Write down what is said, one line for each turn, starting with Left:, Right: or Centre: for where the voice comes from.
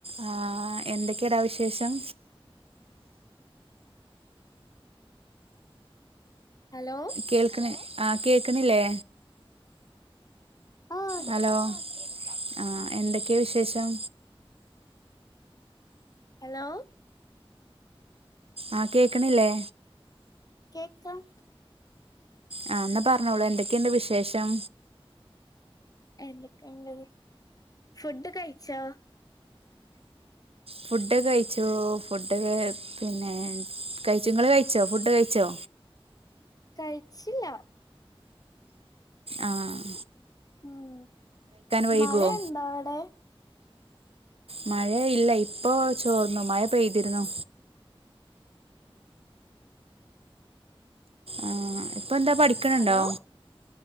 Right: ആ എന്തൊക്കെ എടാ വിശേഷം.
Left: ഹലോ
Right: കേൾക്ക്ണ് ആ കേക്ക്ണില്ലേ.
Left: ആഹ്
Right: ഹലോ ആ എന്തൊക്കെ വിശേഷം
Left: ഹെലോ
Right: ആ കേക്ക്ണില്ലെ.
Left: കേക്കാം
Right: ആ ഇന്നാ പറഞ്ഞോളൂ എന്തൊക്കെണ്ട് വിശേഷം.
Left: എന്തൊക്കെണ്ട് ഫുഡ് കഴിച്ചോ.
Right: ഫുഡ് കഴിച്ചോ ഫുഡ് പിന്നെ കഴിച്ചുങ്ങള് കഴിച്ചോ ഫുഡ് കഴിച്ചോ.
Left: കഴിച്ചില്ല
Right: ആഹ്
Left: ഉം
Right: വൈകുമോ
Left: മഴ ഇണ്ടോ അവിടെ.
Right: മഴ ഇല്ല. ഇപ്പോ ചോർന്നു. മഴ പെയ്തിര്ന്നു. ആഹ് ഇപ്പ എന്താ പഠിക്ക്ണ് ഇണ്ടോ.
Left: ഹലോ